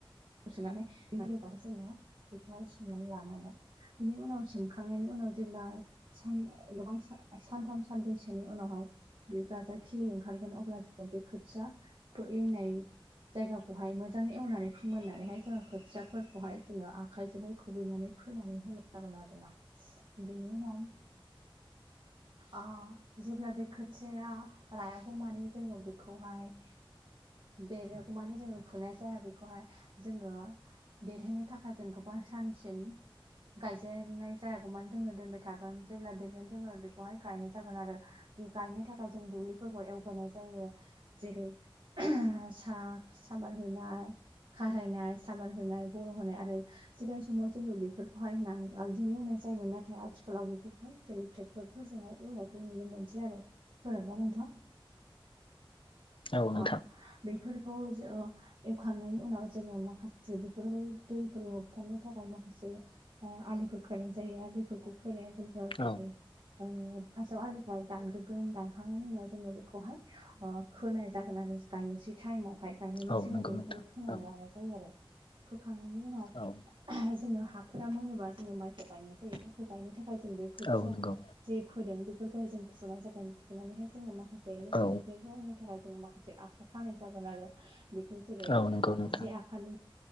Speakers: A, on the right; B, on the left.
A: सोनानै बे जोङो बेखौहाय सोमनानै लानांगोन। बिनि उनाव सोमखांनायनि उनाव जेब्ला सान गोबां सान-सानथाम सानब्रैसोनि उनावहाय बे गाजा खिलि ओंखारगोन अब्ला जोङो बे खोथियाखौ एवनाय जायगाखौहाय मोजाङै एवनानै मोननानैहाय जोङो खोथियाफोरखौहाय जोङो आखाइजोंहाय खुबैनानै फोनानै होनाय जागोन आरोना। बेनि उनाव आं जेब्ला बे खोथिाया रायागौ मानि जोङो बेखौहाय देराव माने जोङो फुनाय जाया बेखौहाय जोङो देरहोननो थाखाय जों गोबां सानसिम गायजेननाय जायागौ मानो जोङो दोनबाय थागोन जेब्ला देरगोन जेब्ला बेखौहाय गायनाय जागोन आरो जे गायनो थाखाय जों दुब्लिफोरखौ एवगोनाय जायो जेरै सा- सामार होनाय खारायनाय सामार होनाय बर' होनाय आरो सिगां समाव जोङो बेफोरखौहाय नांगाबजों एवनाय जायोमोन ना नाथाय आथिखालाव बे ट्रेक्टरफोरजोंफोरजोंहाय एवनायखौ नुनो मोनसै आरो। खोनादों ना नोंथां?
B: औ
A: अ
B: नोंथां
A: बेफोरखौ ज एवखांनायनि उनाव जोङो माखासे बेफोरखौ दै होबथानो थाखाय माखासे आलिफोर खोनाय जायो आलिफोरखौ खोनायाव जेनबा दिै
B: औ
A: फार्स्टआव आलिखौहाय दानग्रोगोन दानखांनायनि उनाव जोङो बेखौहाय खोनाय जाग ोन आरो गायनोसै टाइमावहाय गायनायनि
B: औ
A: सिगां
B: नंगौ
A: जों बेखौाय
B: नोंथां
A: खोनानै
B: औ
A: लानाय जायो आरो। होोखांनायनि उनाव
B: औ
A: जोङो हाफोरा मोनोबा जोङो माइखौ गायनाय जायो माइखौ गायनो थाखाय जों बे खोथियाव
B: औ नंगौ
A: जे फोदों बेफोरखौहाय जों फुनाय जागोन फुनानैहाय जोङो माखासे लेथेर
B: औ
A: फेथेर जायैनि थाखाय जोङो माखासे मोन आखा खानाय जागोन आरो बेखौ जेरै
B: औ नंगौ
A: आखाासे
B: नोंथां
A: आखानै